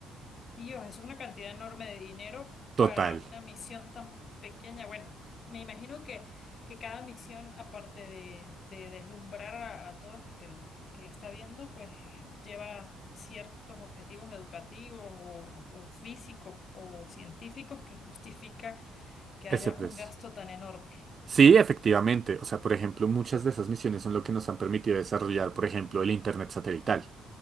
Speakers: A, on the left; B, on the right.
A: Dios, es una cantidad enorme de dinero
B: Total,
A: para una misión tan pequeña. Bueno, me imagino que, que cada misión, aparte de, de deslumbrar a, a todos el que, el que la está viendo, pues lleva ciertos objetivos educativos o, o físicos o científicos que justifica que
B: ese
A: haya
B: precio.
A: un gasto tan enorme.
B: Sí, efectivamente. O sea, por ejemplo, muchas de esas misiones son lo que nos han permitido desarrollar, por ejemplo, el Internet satelital.